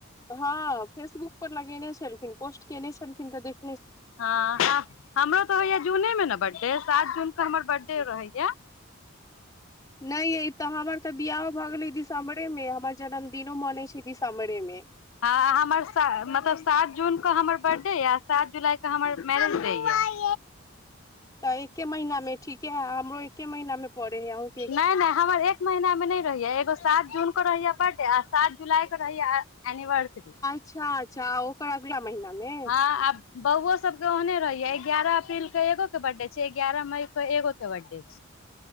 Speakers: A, on the left; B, on the left.
A: हँ फेसबुक पर लगेने छलखिन पोस्ट केने छलखिन त देख
B: ह हमरो तऽ होइया जूने मे ने बड्डे सात जून के हमर बड्डे रहैया
A: नय यइ त हमर त बियाहो भ गेलै दिसम्बरे मे हमर जन्मदिनो मनै छै दीस्म्बेरे मे
B: हँ हमर से मतलब सात जून के हमर बर्थडे य सात जुलाई के हमर मैरेज डे य
A: अ एके महीना मे ठीके है हमरो एके महीना मे पड़े है अँ
B: नय नय हमर एक महिना में ने रहैया एगो सात जून के रहैया बर्थडे आ सात जुलाई के रहैया ए एनिवर्सरी
A: अच्छा अच्छा कर अगला महिना में
B: हाँ आब बौउऔ सब के ओहने रहैय ग्यारह अप्रैल के एगो के बर्थडे छै ग्यारह मई के एगो के बर्थडे छै